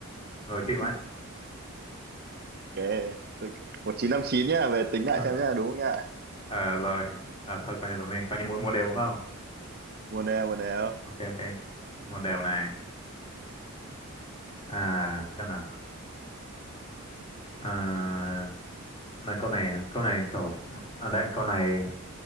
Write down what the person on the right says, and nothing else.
<laughs>
Ok, tôi... 1959 nhá, về tính lại
xem nhá, đúng không nhá?
Một đều, một đều.